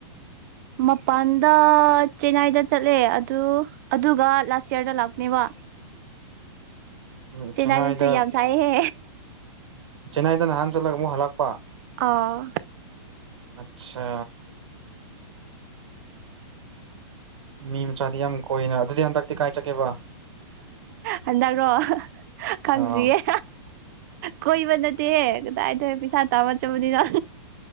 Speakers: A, on the right; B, on the right.
A: ꯃꯄꯥꯟꯗ ꯆꯦꯟꯅꯥꯏꯗ ꯆꯠꯂꯦ ꯑꯗꯨ ꯑꯗꯨꯒ ꯂꯥꯁ ꯌꯌꯥꯔꯗ ꯂꯥꯛꯄꯅꯦꯕ
B: <inaudible>
A: ꯆꯦꯟꯅꯥꯏꯗꯁꯨ
B: ꯆꯦꯟꯅꯥꯏꯗ
A: ꯌꯥꯝ ꯁꯥꯏꯍꯦ
B: ꯆꯦꯟꯅꯥꯏꯗ ꯅꯍꯥꯟ ꯆꯠꯂꯒ ꯑꯃꯨꯛ ꯍꯜꯂꯛꯄ
A: ꯑꯥ
B: ꯑꯆꯥ ꯃꯤ ꯃꯆꯥꯗꯤ ꯌꯥꯝ ꯀꯣꯏꯏꯅ ꯑꯗꯨꯗꯤ ꯍꯟꯗꯛꯇꯤ ꯀꯥꯏ ꯆꯠꯀꯦꯕ
A: ꯍꯟ꯭ꯔꯣ ꯈꯪꯗ꯭ꯔꯤꯌꯦꯦ
B: ꯑꯥ
A: ꯀꯣꯏꯕ ꯅꯠꯇꯦꯍꯦ ꯀꯗꯥꯏꯗ ꯄꯩꯁꯥ ꯇꯥꯕ ꯆꯕꯅꯤꯅ